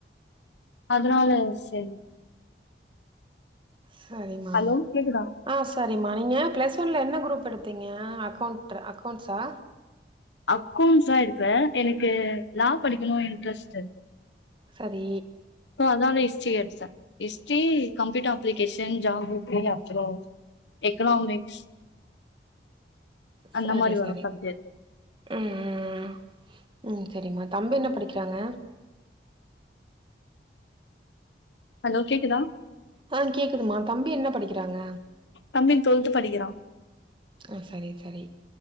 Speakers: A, on the left; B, on the right.
A: அதனால செரி
B: சரிமா
A: ஹலோ கேக்குதா
B: ஆ சரிம்மா நீங்க ப்ளஸ் ஒன்ல என்ன குரூப் எடுத்தீங்க அக்கௌண்ட்ர அக்கௌண்ட்ஸா
A: அக்கோண்ஸ் தா எடுத்தே எனக்கு லா படிக்கணு இன்ட்ரெஸ்ட்
B: சரி
A: சோ அதனால ஹிஸ்ட்ரி எடுத்த ஹிஸ்ட்ரி கம்ப்யூட்டர் அப்ளிகேஷன் ஜாவோ <unintelligible> அப்றோ எக்கனாமிக்ஸ் அந்த
B: சரி
A: மாரி
B: சரி
A: வரு சப்ஜெக்ட்
B: ம் ம் ம் சரிம்மா தம்பி என்ன படிக்கிறாங்க
A: ஹலோ கேக்குதா
B: ஆ கேக்குதுமா தம்பி என்ன படிக்கிறாங்க
A: தம்பி டுவெல்த் படிக்கிறா
B: ஆ சரி சரி